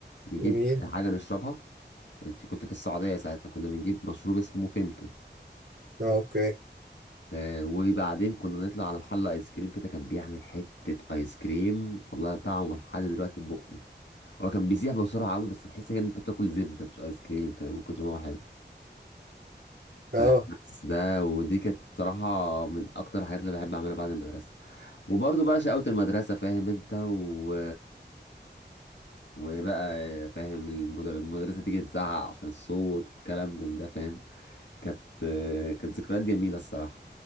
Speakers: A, on the left; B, on the right.
A: نجيب
B: جميل
A: حاجه نشربها كان في كنت في السعوديه ساعتها كنا بنجيب مشروب اسمه فيمتو
B: اه اوكي
A: آه وبعدين كنا نطلع على محل ايس كريم كده كان بيعمل حته ايس كريم والله طعمه لحد دلوقتي في بقي هو كان بيسيح بسرعه قوي بس تحس كده ان انت بتاكل زبده مش ايس كريم فاهم من كتر ما هو حلو
B: اه
A: فبس ده ودي كانت بصراحه من اكتر الحاجات اللي بحب اعملها بعد المدرسه وبرضه بقى شقاوة المدرسة فاهم انت و... وبقى فاهم المدر- المدرسة تيجي تزعق عشان الصوت والكلام من ده فاهم كانت كانت ذكريات جميلة الصراحة